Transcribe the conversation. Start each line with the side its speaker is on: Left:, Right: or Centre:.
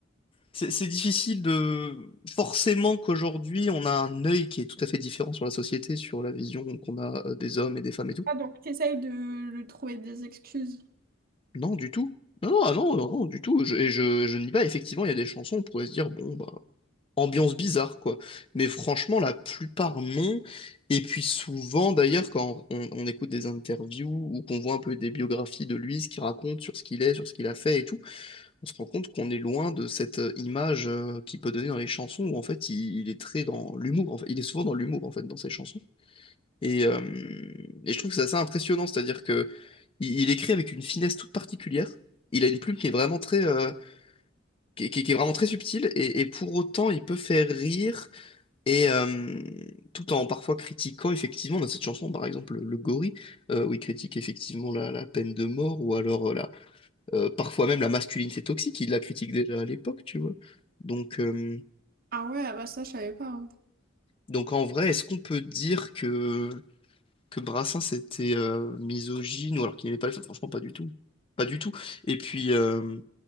Left: C'est c'est difficile de... Forcément qu'aujourd'hui, on a un œil qui est tout à fait différent sur la société, sur la vision qu'on a euh, des hommes et des femmes et tout.
Right: Ah donc t'essayes de le trouver des excuses.
Left: Non, du tout. Non, non, ah non, non, non, du tout. Je, et je, je nie pas, effectivement, il y a des chansons, on pourrait se dire, bon, bah, ambiance bizarre, quoi. Mais franchement, la plupart, non. Et puis souvent, d'ailleurs, quand on, on écoute des interviews ou qu'on voit un peu des biographies de lui, ce qu'il raconte sur ce qu'il est, sur ce qu'il a fait et tout, on se rend compte qu'on est loin de cette euh, image euh, qu'il peut donner dans les chansons où en fait il, il est très dans l'humour. En fait. Il est souvent dans l'humour en fait dans ses chansons. Et, euh, et je trouve que c'est assez impressionnant, c'est-à-dire que il, il écrit avec une finesse toute particulière. Il a une plume qui est vraiment très, euh, qui, qui- qui est vraiment très subtile et, et pour autant il peut faire rire et euh, tout en parfois critiquant effectivement dans cette chanson par exemple le, le gorille euh, où il critique effectivement la, la peine de mort ou alors euh, la euh, parfois même la masculinité toxique, il la critique déjà à l'époque, tu vois. Donc, euh,
Right: Ah ouais, bah ça je savais pas. hein.
Left: donc en vrai, est-ce qu'on peut dire que, que Brassens était euh, misogyne ou alors qu'il n'aimait pas les femmes? Franchement, pas du tout. Pas du tout. Et puis, euh,